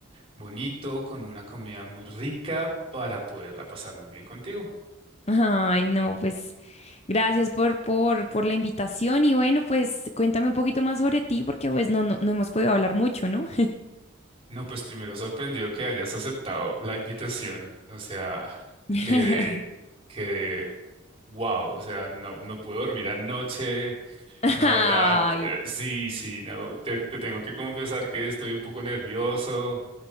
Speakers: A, on the right (about 25°); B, on the left (about 30°).
A: bonito, con una comida muy rica para poderla pasar muy bien contigo.
B: Ay, no, pues gracias por, por, por la invitación y bueno, pues cuéntame un poquito más sobre ti porque pues no, no, no hemos podido hablar mucho, ¿no?
A: No, pues primero sorprendido que hayas aceptado la invitación. O sea,
B: <laughs>
A: que, que, wow, o sea, no, no puedo dormir anoche.
B: Ay,
A: La verdad, eh, sí, sí, no, te, te tengo que confesar que estoy un poco nervioso.